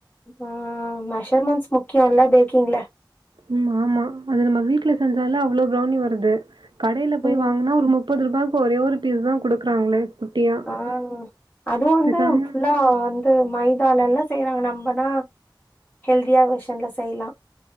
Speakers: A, on the left; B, on the right.
A: ம் மெஷர்மன்ஸ் முக்கியம்ல்ல பேக்கிங்கள
B: ம் ஆமா அது நம்ம வீட்டுல செஞ்சால அவ்வளவு ப்பெளனி வருது கடயில போய்
A: ம்
B: வாங்கனா ஒரு முப்பது ரூபா ஒரே ஒரு பீஸ் தான் குடுக்குறாங்களே குட்டியா.
A: ஆ அதுவும் வந்து
B: பேசாம
A: புஃபுல்லா வந்து மைதாள எல்லாம் செய்றாங்க நம்மனா ஹெல்தியா விஷயன்ல செய்யலாம்